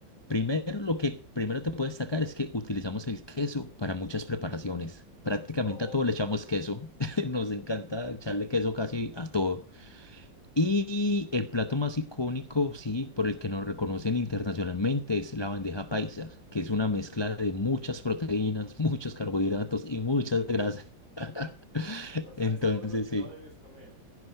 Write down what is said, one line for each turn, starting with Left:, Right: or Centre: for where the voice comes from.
Left: primero lo que primero te puedo destacar es que utilizamos el queso para muchas preparaciones. Prácticamente
Right: Ok.
Left: a todo le
Right: <laughs>
Left: echamos queso. <laughs> Nos encanta echarle queso casi a todo. Y el plato más icónico, sí, por el que nos reconocen internacionalmente es la bandeja paisa, que es una mezcla de muchas proteínas, <laughs> muchos carbohidratos y muchas grasas. <laughs>
Right: O sea,
Left: Entonces,
Right: es todo lo que
Left: sí.
Right: no debes comer.